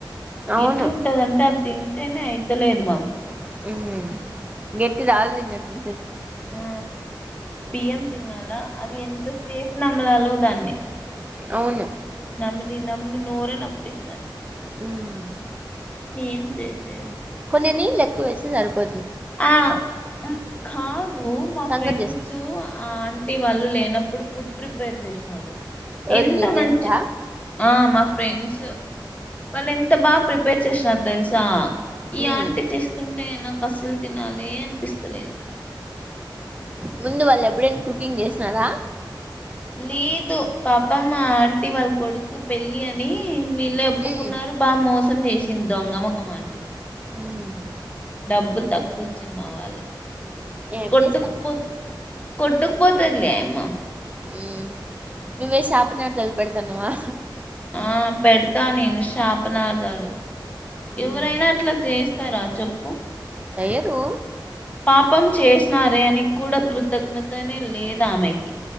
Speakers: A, on the right (about 20°); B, on the left (about 20°).
A: అవును
B: ఎట్లుంటదంటే అది తింటేనే అయితలేదు మాకు
A: హ్మ్ గెట్దిది ఆల్ది తిన్నట్టు
B: ఆ బియ్యం తిన్నాల అది ఎంత సే నమ్మలలో దాన్ని
A: అవును
B: నమ్మిలి నమ్లి నోరే నప్పిస్ <unintelligible>
A: ఉమ్
B: ఏం చేసే
A: నేను ఈ లెక్కు వేస్తే సరిపో
B: ఉమ్ కాదు మా
A: సంగటి
B: ఫ్రెండ్స్
A: చేసు
B: ఆన్ టీ వాళ్ళు లేనప్పుడు ఫుడ్ ప్రిప్ పేర్ చేసినారు
A: ఎవరు
B: ఎంత
A: మీ ఫ్రెండ్సా
B: మంచి ఆ మా ఫ్రెండ్స్ వాళ్ళు ఎంత బా ప్రిపేర్ చేసినారు తెలుసా ఈ
A: ఉమ్
B: ఆంటీ తీస్కుంటే నాకు అసలు అలే అన్పిస్తలేదు
A: ముందు వాళ్ళు ఎబ్బుడైనా కుకింగ్ చేసినారా
B: లేదు పాపం ఆ ఆంటీ వాళ్ కొడు కు పెళ్ళి అని వీళ్ళే ఒప్పుకున్నారు
A: ఉమ్
B: బా మోసం చేసింది దొంగ మొఖం ఆంటి
A: ఉమ్
B: డబ్బులు తక్కువ ఇచ్చింది మా వాళ్ళకి
A: ఏం
B: కొట్టుక్
A: చేస్తాం
B: పో కొట్టుకు పోతాది లే ఆ యమ్మ
A: ఊ నువ్వే శాపనార్దాల్ పెడతన్నవా
B: ఆ పెడతా నేను శాపనార్థాలు ఎవరైనా
A: ఉమ్
B: అట్లా చేస్ ఇస్తర చెప్పు
A: చెయరు
B: పాపం చేసినారే అని కూడా కృ కృతజ్ఞతనే లేదు ఆమెకి